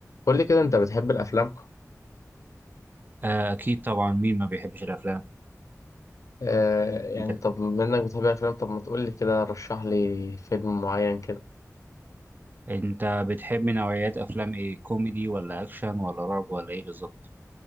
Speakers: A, on the left; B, on the right.
A: قول لي كده انت بتحب الافلام
B: آه، أكيد طبعا مين ما بيحبش الأفلام
A: آه يعني
B: أنت
A: طب بما انك بتحب الافلام طب ما تقول لي كده رشح لي فيلم معين كده
B: أنت بتحب نوعيات أفلام إيه كوميدي ولا أكشن ولا رعب ولا إيه بالظبط